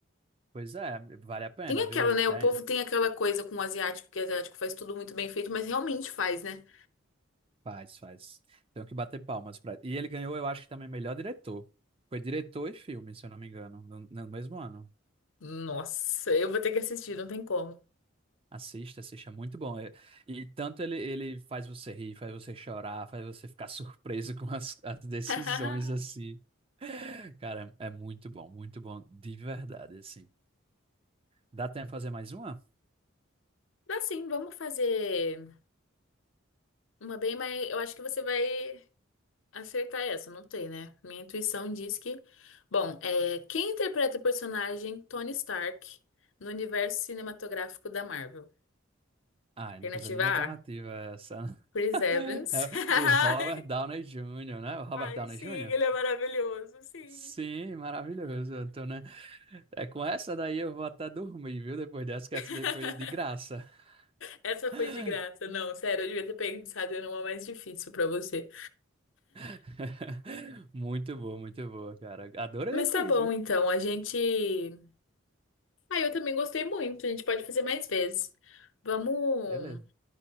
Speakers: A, on the right; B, on the left.
A: Pois é, vale a pena,
B: Tem aquela,
A: viu?
B: né?
A: É,
B: O povo tem aquela coisa com o asiático, que o asiático faz tudo muito bem feito, mas realmente faz, né?
A: faz, faz. Tenho que bater palmas pra... E ele ganhou, eu acho que também melhor diretor. Foi diretor e filme, se eu não me engano, no no mesmo ano.
B: Nossa, eu vou ter que assistir, não tem como.
A: Assista, assista, é muito bom. É- E tanto ele, ele faz você rir, faz você chorar, faz você ficar <laughs> surpreso com as, as decisões,
B: <laughs>
A: assim. Cara, é muito bom, muito bom, de verdade, assim. Dá tempo de fazer mais uma?
B: Dá sim, vamos fazer uma bem, mas eu acho que você vai. Acertar essa, não tem, né? Minha intuição diz que. Bom, é... quem interpreta o personagem Tony Stark no universo cinematográfico da Marvel?
A: Ah, não
B: Alternativa
A: precisa nem de alternativa
B: A,
A: essa.
B: Chris
A: <laughs>
B: Evans.
A: É
B: <laughs>
A: o Robert Downey Jr., né? O Robert
B: Ai,
A: Downey
B: sim,
A: Jr.?
B: ele é maravilhoso, sim.
A: Sim, maravilhoso. Então, né? É com essa daí eu vou até dormir, viu? Depois dessa, que
B: <laughs>
A: essa daí foi de graça.
B: Essa
A: <laughs>
B: foi de graça. Não, sério, eu devia ter pensado numa mais difícil pra você.
A: <laughs> Muito boa, muito boa, cara. Adorei
B: Mas
A: o quiz,
B: tá bom,
A: viu?
B: então. A gente. Ah, eu também gostei muito. A gente pode fazer mais vezes. Vamos
A: Beleza.